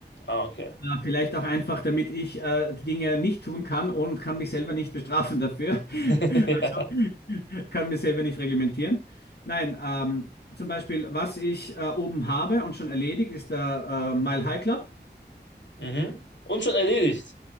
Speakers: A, on the left; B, on the left.
A: Ah, okay.
B: Ja, vielleicht auch einfach, damit ich äh, die Dinge nicht tun kann und kann mich selber nicht bestrafen dafür. <laughs>
A: <laughs>
B: Also
A: Ja.
B: kann mir selber nicht reglementieren. Nein, ähm, zum Beispiel, was ich äh, oben habe und schon erledigt, ist der äh, Mile High Club.
A: Mhm. Und schon erledigt.